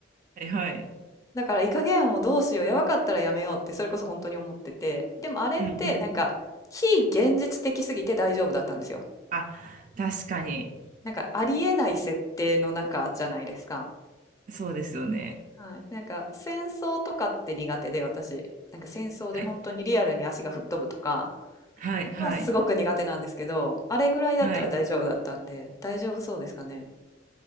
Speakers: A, on the right; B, on the left.
A: はいはい。
B: だからイカゲームをどうしよう、やばかったらやめようって、それこそ本当に思ってて、でもあれって、
A: うんうん。
B: なんか、非現実的すぎて大丈夫だったんですよ。
A: あ、確かに。
B: なんか、ありえない設定の中じゃないですか。
A: そうですよね。
B: はい、なんか戦争とかって苦手で私なんか戦争で本当にリアルに足が吹っ飛ぶとか
A: はい。はいはい。
B: はすごく苦手なんですけどあれぐらいだったら大丈夫だったんで大丈夫そうですかね
A: はい。